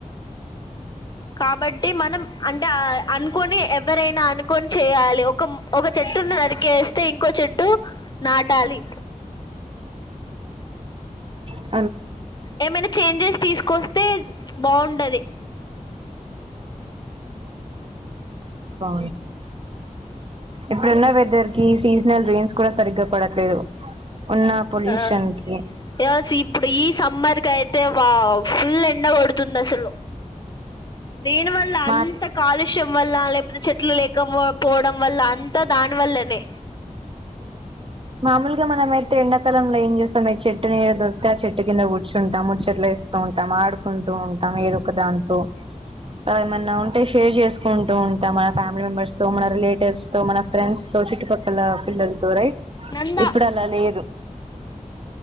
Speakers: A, on the left; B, on the right.
A: కాబట్టి మనం అంటే అనుకొని ఎవరైనా అనుకొని చేయాలి ఒక ఒక చెట్టును నరికేస్తే ఇంకో చెట్టు నాటాలి.
B: ఆ
A: ఏమైనా చేంజెస్ తీసుకొస్తే త్తే బాగుండాది
B: బ ఇప్పుడున్న వెదర్ కి సీజనల్ రైన్స్ కూడా సరిగ్గా పడట్లేదు ఉన్న పొల్యూషన్
A: ఆ
B: కి
A: యస్ ఇప్పుడు ఈ సమ్మర్కయితే అంతే వావ్ ఫుల్ ఎండ కొడుతుంది అసలు దేని వల్ల
B: మా
A: అంత కాలుష్యం వల్ల లేకపోతే చెట్లు లేకం పోవడం వల్ల అంతా దానివల్లనే
B: మామూలుగ మనమైతే ఎండ కాలంలో ఏం చేస్తాం ఏ చెట్టునీడ దొరికితే ఆ చెట్టు కింద కుర్చుంటాం ముచ్చట్లు వేస్తూ ఉంటాం ఆడుకుంటూ ఉంటాం ఏదో ఒక దాంతో ఆ ఏమన్నా ఉంటే షేర్ చేసు కుంటూ ఉంటాం మన ఫ్యామిలీ మెంబర్స్ తో మన రిలేటివ్స్ తో మన ఫ్రెండ్స్ సో చుట్టుపక్కల ఫిల్డ్ అనుకోరై
A: నందా
B: ఇప్పుడు అలా లేదు.